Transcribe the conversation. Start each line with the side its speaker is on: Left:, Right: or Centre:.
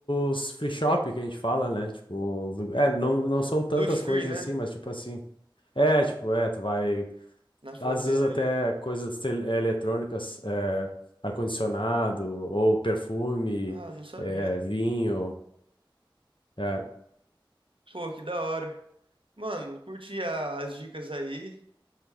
Left: os free shop que a gente fala, né? Tipo, lu- é, não, não são tantas
Right: Duty free,
Left: coisas
Right: né?
Left: assim, mas tipo assim. É, tipo, é, tu vai.
Right: Na fronteira
Left: Às vezes até
Right: ali.
Left: coisas tel- eh, eletrônicas, eh, ar-condicionado, ou perfume,
Right: Ah, não sabia.
Left: eh, vinho. eh.
Right: Pô, que da hora. Mano, curti a- as dicas aí.